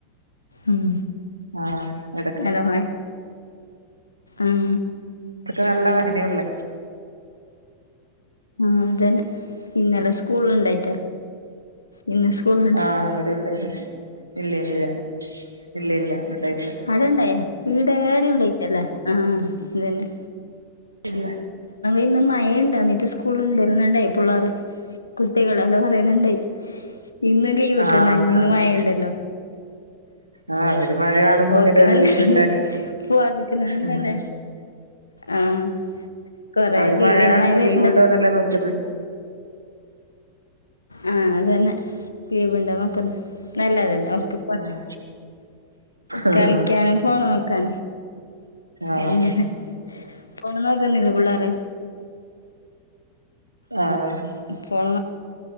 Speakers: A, on the left; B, on the right.
A: ഉം
B: ആഹ് എതൊക്കെ
A: അല്ലോ ഉം
B: അവടുക്ക് നല്ല വനനേ ഉള്ള
A: ആഹ് അതന്നെ ഇന്നലെ സ്കൂൾ ഉണ്ടായി ഇന്ന് സ്കൂൾ
B: ആഹ് അവിടെ ഉണ്ടായില്ല ഇല്ല ഇല്ല ഇല്ല ഇല്ല ഉണ്ടായിട്ടില്ല
A: അവിടെ ഉണ്ടായോ ഇവിടെ ഉണ്ടായിട്ടില്ല ആഹ് അതന്നെ
B: ഇല്ല
A: ഇന്ന് മഴ ഉണ്ട് എന്നിട്ട് സ്കൂള് ഉണ്ടാരുന്നു എന്ന് കുട്ടികളല്ലാം പറയുന്നുണ്ടായി ഇന്നും ലീവ്
B: ആഹ്
A: ആണ്
B: അവര്
A: മഴ ഉണ്ട്
B: ആഹ് അവര് മഴ കാണുമ്പോ
A: ഓർക്ക
B: അങ്ങനെ പറയും
A: നല്ലല്ലേ
B: ലീവ് കിട്ടാന്
A: പവാദിക്കുന്നന്നല്ലേ
B: ഉം
A: <unintelligible> ആഹ് കുറെ
B: അവര്
A: ലീവ്
B: മഴ കാണുമ്പോ
A: വരുന്നു
B: ലീവ്
A: ണ്ട്
B: ഉണ്ടോന്നല്ല നോക്കുന്നെ
A: ആഹ് അത് തന്നെ ലീവ് ഉണ്ടോ എന്ന് നോക്ക നല്ലതല്ലേ അവർക്ക്
B: ഉം ആഹ്
A: കളിക്കാന്‍ ഫോണ് നോക്കാണ്
B: ആഹ്
A: അവിടെ ഫോണ് നോക്കുന്നില്ലേ കുട്ടികൾ
B: ആഹ്
A: ഉണ്ട് ഫോൺ